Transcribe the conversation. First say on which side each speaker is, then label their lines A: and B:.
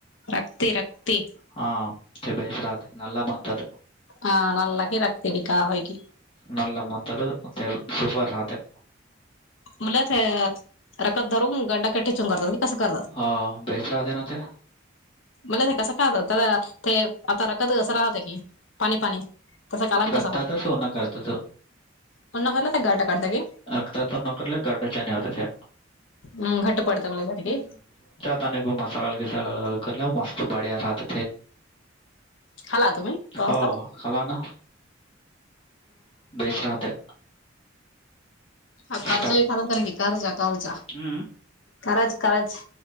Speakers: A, on the left; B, on the left.
A: रक्ती रक्ती
B: हा ते बेस राहते नला बणतात.
A: हा न लागे राखते क काय की
B: नलमंत सूपर राहते.
A: मला ते रखत धरून गड्डाक टेचून करतात की कसं करतात.
B: अ, बेस रा दे ना ते.
A: मला कसं खात तर ते आता रखत कसं राहतं की पाणी पाणी तसं कालान
B: लगताात
A: कसा होत
B: सोना करता त
A: पुन्हा खाला तर घट काढत की
B: रखता त नकले गरडाच्या होता.
A: हम घट्ट पडत मला जी
B: नेक मसाला घसाला लालग करले मस्त बढिया राहात.
A: खाला तुम्ही? तवरता
B: हो खला ना बेच राहते.
A: हा कर्जाही
B: स्टफ
A: खरत नी कर्जा कर्जा
B: हम्म
A: कराज कराज